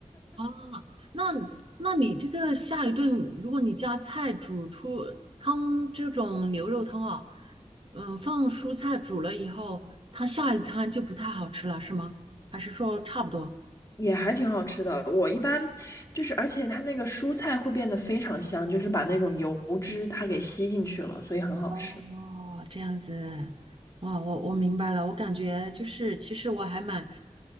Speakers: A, on the right; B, on the left.
A: 啊，那那你这个下一顿，如果你加菜煮出汤这种牛肉汤啊，嗯、放蔬菜煮了以后，它下一餐就不太好吃了，是吗？还是说差不多？
B: <laughs> 也还挺好吃的。我一般就是，而且它那个蔬菜会变得非常香，就是把那种油脂它给吸进去了，所以很好吃。
A: 哦，这样子，哇，我我明白了，我感觉就是，其实我还蛮